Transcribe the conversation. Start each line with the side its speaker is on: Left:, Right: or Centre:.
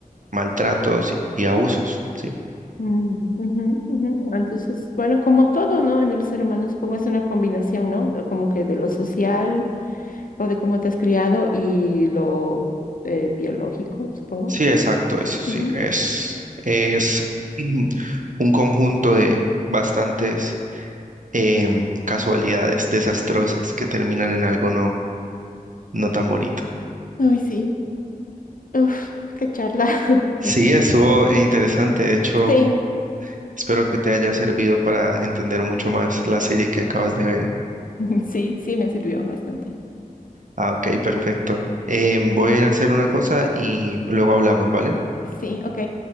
Right: maltratos y y abusos, ¿sí?
Left: Mm, ujú, ujú. Entonces, bueno, como todo, ¿no? En el ser humano supongo es una combinación, ¿no? De- Como que de lo social o de cómo te has criado y lo eh, biológico, supongo.
Right: Sí, exacto, eso sí,
Left: Ujú.
Right: es, es mm, un conjunto de bastantes em, casualidades desastrosas que terminan en algo no, no tan bonito.
Left: Ay, sí. Uf, qué charla.
Right: Sí,
Left: <laughs>
Right: estuvo eh, interesante, de hecho,
Left: Sí,
Right: espero que te haya servido para entender mucho más la serie que acabas de ver.
Left: <laughs> sí, sí me sirvió bastante.
Right: Ah, ok, perfecto. Em, voy a ir a hacer una cosa y luego hablamos, ¿vale?
Left: Ah, Sí, ok.